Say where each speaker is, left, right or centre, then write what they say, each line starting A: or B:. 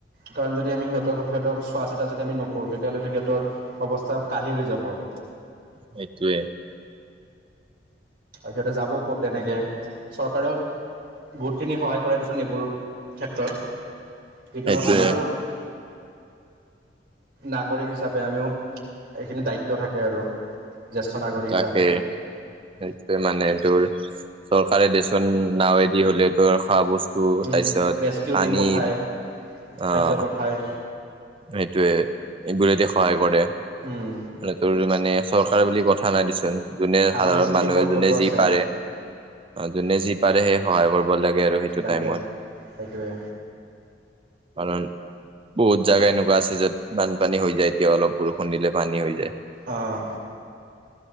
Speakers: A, on the right (about 50°); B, on the right (about 30°).
A: কাৰণ যদি আমি সিহঁতক -সিহঁতক চোৱা-চিতা যদি আমি নকৰোঁ, তেতিয়াহ'লে সিহঁতৰ অৱস্থা কাহিল হৈ যাব। <inaudible>
B: সেইটোৱে
A: সিহঁতে যাব ক'ত তেনেকে। চৰকাৰেও বহুতখিনি সহায় কৰে দেচোন এইবোৰ ক্ষেত্ৰত। কিন্তু
B: সেইটোয়ে
A: আমাৰো নাগৰিক হিচাপে আমিও এইখিনি দায়িত্ব থাকে আৰু। জ্যেষ্ঠ নাগৰিক
B: তাকে
A: হিচাপে।
B: সেইটোয়ে মানে তোৰ চৰকাৰে দেচোন নাৱেদি হলেও তোৰ খৱা বস্তু টো
A: উম,
B: তাৰপিছত
A: ৰেস্কিউ
B: পানীত।
A: টিম পঠায় খাদ্য
B: আহ
A: পঠায়
B: সেইটোৱে। এইবোৰেদি সহায় কৰে।
A: উম,
B: আৰু তোৰ মানে চৰকাৰ বুলি কথা নাই দিচোন। যোনে
A: আমাৰো
B: সাধাৰণ
A: এইখিনি
B: মানুহ,
A: কৰ্তব্য
B: যোনে যি
A: আছে
B: পাৰে- যোনে যি পাৰে সেই সহায় কৰিব লাগে। আৰু সেইটো
A: লাগে।
B: টাইমত
A: সেইটোৱে।
B: কাৰণ বহুত জাগা এনেকুৱা আছে, য'ত বানপানী হৈ যায়। এতিয়া অলপ বৰষুণ দিলে পানী হৈ যায়।
A: আহ।